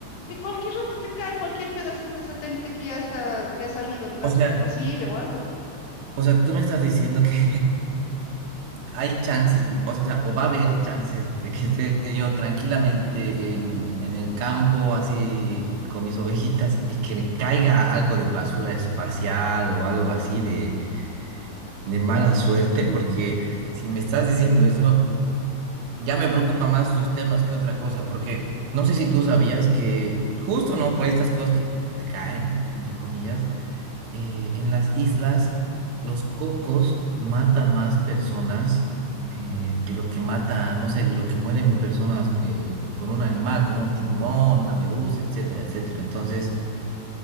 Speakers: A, on the left (about 65°); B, on the right (about 80°).
A: que cualquier rato te cae cualquier pedacito de satélite que ya está, que ha salido, digamos,
B: o sea,
A: que ya no sirve o algo.
B: o sea, tú me estás diciendo que <laughs> hay chances, o sea, o va a haber chances de que esté yo tranquilamente en, en el campo, así con mis ovejitas, y que me caiga algo de basura espacial o algo así de, de mala suerte, porque si me estás diciendo eso. ya me preocupa más esos temas que otra cosa, porque no sé si tú sabías que justo, ¿no? Por estas cosas que, que te caen, entre comillas, eh, en las islas los cocos matan más personas eh, de lo que mata, no sé, de lo que mueren personas que, con un animal, con un tiburón, una medusa, etcétera, etcétera. Entonces...